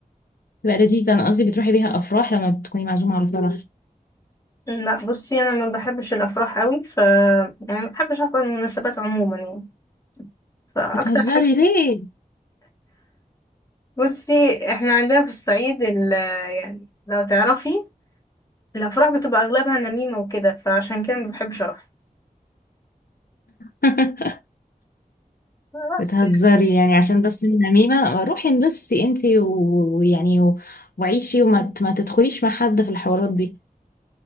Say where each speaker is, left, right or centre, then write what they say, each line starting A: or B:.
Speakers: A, on the left; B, on the left.
A: تبقى لذيذة انا قصدي بتروحي بيها افراح لما بتكوني معزومة على فرح
B: لا بصي انا ما بحبش الافراح قوي ف يعني ما بحبش اصلا المناسبات عموما يعني فاكتر
A: بتهزري
B: حاجه
A: ليه
B: بصي احنا عندنا في الصعيد ال... يعني لو تعرفي الافراح بتبقى اغلبها نميمه وكده فعشان كده ما بحبش اروح
A: <laughs>
B: بس
A: بتهزري يعني عشان بس النميمة روحي انبسطي انتي و- ويعني و- وعيشي وما ت- ما تدخليش مع حد في الحوارات دي